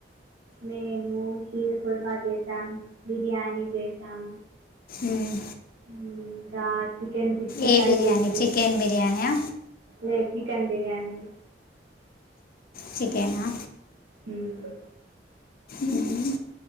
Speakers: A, on the right (about 75°); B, on the left (about 55°).
A: మేము హీరు కుర్మా చేసాం. బిర్యానీ చేసామ్.
B: మ్మ్.
A: మ్ చాట్ చికెన్ సిక్స్టీ
B: ఏ
A: ఫైవ్
B: బిర్యానీ
A: చేస.
B: చికెన్ బిర్యానీయా
A: లేద్ చికెన్ బిర్యానీ.
B: చికెనా?
A: మ్
B: మ్మ్.